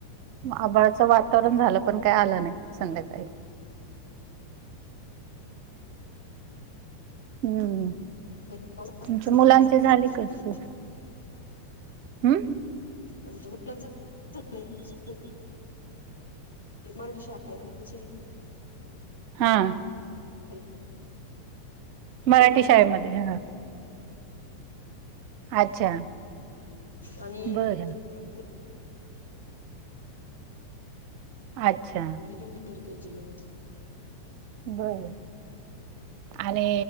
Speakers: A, on the right; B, on the left.
A: आबाळाचं वातावरण झालं पण काय आलं नाही संध्याकाळी. हम्म हम्म
B: हम्म
A: तुमच्या मुलांचे झाली का स्कूल. हम्म.
B: आमच्या मुलांच झाली स्कूल. एक मराठी शाळा मध्येच हाय.
A: ''हां''
B: हॅलो
A: मराठी
B: एक म <inaudible>
A: शाळेमध्ये
B: <inaudible>
A: हा अच्छा
B: आणि
A: बर
B: मुग
A: अच्छा
B: मुगी दुन <inaudible> एर के जी ला हाय.
A: बर आणि